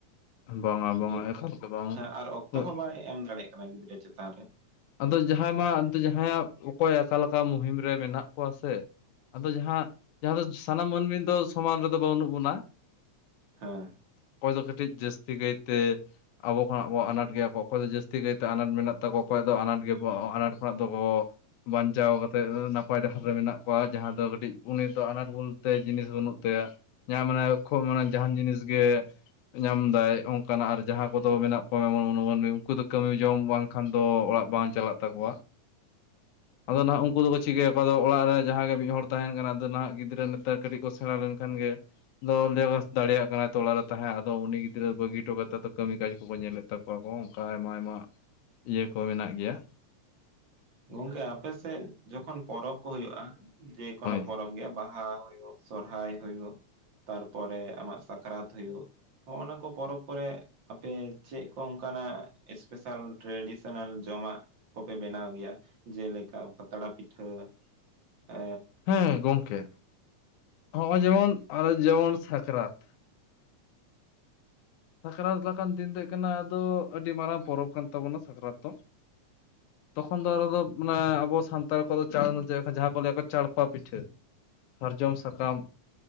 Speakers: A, on the left; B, on the right.
A: ᱵᱟᱝᱟ
B: ᱩᱱᱤ
A: ᱵᱟᱝᱟ ᱮᱠᱟᱞ ᱜᱮ ᱵᱟᱝ
B: ᱦᱮᱸ ᱟᱨ ᱚᱠᱛᱚ
A: ᱦᱳᱭ
B: ᱦᱚᱸ ᱵᱟᱭ ᱮᱢ ᱫᱟᱲᱮᱭᱟᱜ ᱠᱟᱱᱟ ᱜᱤᱫᱽᱨᱟᱹ ᱪᱮᱛᱟᱱ ᱨᱮ
A: ᱟᱫᱚ
B: ᱦᱮᱸ
A: ᱡᱟᱦᱟᱸᱭ ᱢᱟ ᱡᱟᱦᱟᱸᱭᱟᱜ ᱚᱠᱚᱭ ᱚᱠᱟ ᱞᱮᱠᱟ ᱢᱩᱦᱤᱢ ᱨᱮ ᱢᱮᱱᱟᱜ ᱠᱚᱣᱟ ᱥᱮ ᱟᱫᱚ ᱡᱟᱦᱟᱸ ᱡᱟᱦᱟᱸ ᱫᱚ ᱥᱟᱱᱟᱢ ᱢᱟᱹᱱᱢᱤ ᱫᱚ ᱥᱚᱢᱟᱱ ᱨᱮᱫᱚ ᱵᱟᱹᱱᱩᱜ ᱵᱚᱱᱟ
B: ᱦᱮᱸ
A: ᱚᱠᱚᱭ ᱫᱚ ᱠᱟᱹᱴᱤᱡ ᱡᱟᱹᱥᱛᱤ ᱠᱟᱭᱛᱮ ᱟᱵᱚ ᱠᱷᱚᱱᱟᱜ ᱵᱚ ᱟᱱᱟᱴ ᱜᱮᱭᱟ ᱠᱚ ᱚᱠᱚᱭ ᱫᱚ ᱡᱟᱹᱥᱛᱤ ᱠᱟᱭᱛᱮ ᱟᱱᱟᱴ ᱢᱮᱱᱟᱜ ᱛᱟᱠᱚᱣᱟ ᱚᱠᱚᱭ ᱫᱚ ᱟᱱᱟᱴ ᱜᱮ ᱵᱟ ᱟᱱᱟᱴ ᱠᱷᱚᱱᱟᱜ ᱫᱚ ᱠᱚ ᱵᱟᱧᱪᱟᱣ ᱠᱟᱛᱮᱜ ᱱᱟᱯᱟᱭ ᱰᱟᱦᱟᱨ ᱨᱮ ᱢᱮᱱᱟᱜ ᱠᱚᱣᱟ ᱡᱟᱦᱟᱸ ᱫᱚ ᱠᱟᱹᱴᱤᱡ ᱩᱱᱤ ᱫᱚ ᱟᱱᱟᱴ ᱵᱚᱞᱛᱮ ᱡᱤᱱᱤᱥ ᱜᱮ ᱵᱟᱹᱱᱩᱜ ᱛᱟᱭᱟ ᱡᱟᱦᱟᱸ ᱢᱟᱱᱮ ᱠᱷᱩᱵ ᱢᱟᱱᱮ ᱡᱟᱦᱟᱱ ᱡᱤᱱᱤᱥ ᱜᱮ ᱧᱟᱢ ᱮᱫᱟᱭ ᱚᱱᱠᱟᱱᱟᱜ ᱟᱨ ᱡᱟᱦᱟᱸ ᱠᱚᱫᱚ ᱢᱮᱱᱟᱜ ᱠᱚᱣᱟ <unintelligible> ᱩᱱᱠᱩ ᱫᱚ ᱠᱟᱹᱢᱤ ᱡᱚᱢ ᱵᱟᱝᱠᱷᱟᱱ ᱛᱚ ᱚᱲᱟᱜ ᱵᱟᱝ ᱪᱟᱞᱟᱜ ᱛᱟᱠᱚᱣᱟ ᱟᱫᱚ ᱱᱟᱦᱟᱜ ᱩᱱᱠᱩ ᱫᱚᱠᱚ ᱪᱤᱠᱟᱹᱭᱟ ᱠᱚ ᱟᱫᱚ ᱚᱲᱟᱜ ᱨᱮ ᱡᱟᱦᱟᱸᱭ ᱜᱮ ᱢᱤᱫ ᱦᱚᱲ ᱛᱟᱦᱮᱱ ᱠᱟᱱᱟ ᱟᱫᱚ ᱱᱟᱦᱟᱜ ᱜᱤᱫᱽᱨᱟᱹ ᱱᱮᱛᱟᱨ ᱠᱟᱹᱴᱤᱡ ᱠᱚ ᱥᱮᱬᱟ ᱞᱮᱱᱠᱷᱟᱱ ᱜᱮ ᱟᱫᱚ ᱞᱮᱭ ᱟᱠᱚ ᱫᱟᱲᱮᱭᱟᱜ ᱠᱟᱱᱟᱭ ᱛᱚ ᱚᱲᱟᱜ ᱨᱮ ᱛᱟᱦᱮᱸ ᱟᱫᱚ ᱩᱱᱤ ᱜᱤᱫᱽᱨᱟᱹ ᱵᱟᱹᱜᱤ ᱦᱚᱴᱚ ᱠᱟᱛᱮᱫ ᱟᱫᱚ ᱠᱟᱹᱢᱤ ᱠᱟᱡᱽ ᱠᱚᱠᱚ ᱧᱮᱞᱮᱫ ᱛᱟᱠᱚᱣᱟ ᱠᱚ ᱚᱱᱠᱟ ᱟᱭᱢᱟ ᱟᱭᱢᱟ ᱤᱭᱟᱹ ᱠᱚ ᱢᱮᱱᱟᱜ ᱜᱮᱭᱟ
B: ᱜᱚᱝᱠᱮ ᱟᱯᱮ ᱥᱮᱫ ᱡᱚᱠᱷᱚᱱ ᱯᱚᱨᱚᱵᱽ ᱠᱚ ᱦᱩᱭᱩᱜᱼᱟ ᱡᱮᱠᱳᱱᱳ
A: ᱦᱳᱭ
B: ᱯᱚᱨᱚᱵᱽ ᱜᱮ ᱵᱟ ᱦᱟ ᱦᱩᱭᱩᱜ ᱥᱚᱨᱦᱟᱭ ᱦᱩᱭᱩᱜ ᱛᱟᱨᱯᱚᱨᱮ ᱟᱢᱟᱜ ᱥᱟᱠᱨᱟᱛ ᱦᱩᱭᱩᱜ ᱱᱚᱸᱜᱼᱚ ᱱᱟ ᱠᱚ ᱯᱚᱨᱚᱵᱽ ᱠᱚᱨᱮ ᱟᱯᱮ ᱪᱮᱫ ᱠᱚ ᱚᱱᱠᱟᱱᱟᱜ ᱥᱯᱮᱥᱟᱞ ᱴᱨᱮᱰᱤᱥᱚᱱᱟᱞ ᱡᱚᱢᱟᱜ ᱯᱮ ᱵᱮᱱᱟᱣ ᱜᱮᱭᱟ ᱡᱮᱞᱮᱠᱟ ᱯᱟᱛᱲᱟ ᱯᱤᱴᱷᱟᱹ ᱮ
A: ᱦᱮᱸ ᱜᱚᱝᱠᱮ ᱦᱚᱜᱼᱚᱭ ᱡᱮᱢᱚᱱ ᱟᱨ ᱡᱮᱢᱚᱱ ᱥᱟᱠᱨᱟᱛ ᱥᱟᱠᱨᱟᱛ ᱞᱮᱠᱟᱱ ᱫᱤᱱ ᱫᱚ ᱦᱩᱭᱩᱜ ᱠᱟᱱᱟ ᱟᱫᱚ ᱟᱹᱰᱤ ᱢᱟᱨᱟᱝ ᱯᱚᱨᱚᱵᱽ ᱠᱟᱱ ᱛᱟᱵᱚᱱᱟ ᱥᱟᱠᱨᱟᱛ ᱫᱚ ᱛᱚᱠᱷᱚᱱ ᱫᱚ ᱟᱨᱚ ᱫᱚ ᱢᱟᱱᱮ ᱟᱵᱚ ᱥᱟᱱᱛᱟᱲ ᱠᱚᱫᱚ <unintelligible> ᱡᱟᱦᱟᱸ ᱠᱚ ᱞᱟᱹᱭ ᱟᱠᱚ ᱪᱟᱲᱯᱟ ᱯᱤᱴᱷᱟᱹ ᱥᱟᱨᱡᱚᱢ ᱥᱟᱠᱟᱢ